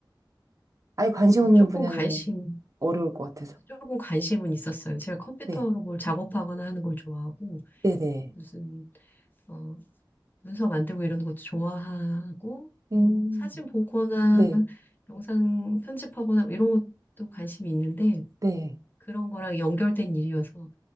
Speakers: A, on the right (about 40°); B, on the left (about 25°).
A: 아예 관심
B: 어,
A: 없는
B: 조금
A: 분야는
B: 관심,
A: 어려울 것 같아서.
B: 조금 관심은 있었어요. 제가 컴퓨터로
A: 네.
B: 뭘 작업하거나 하는 걸 좋아하고,
A: 네네.
B: 무슨, 어, 문서 만들고 이런 것도 좋아하고, 뭐,
A: 음.
B: 사진 보거나
A: 네.
B: 영상 편집하거나 뭐 이런 것도 관심이 있는데,
A: 네.
B: 그런 거랑 연결된 일이어서